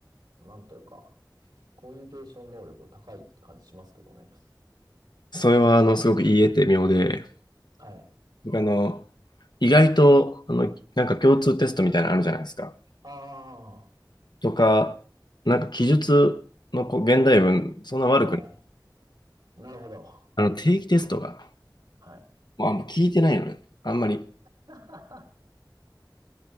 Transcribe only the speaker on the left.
それは、あの、すごく言い得て妙で、
あの、意外と、あの、なんか共通テストみたいなのあるじゃないですか。
とか、なんか記述のこう現代文、そんな悪くない。
あの、定期テストが、
もうあんま聞いてないのね。あんまり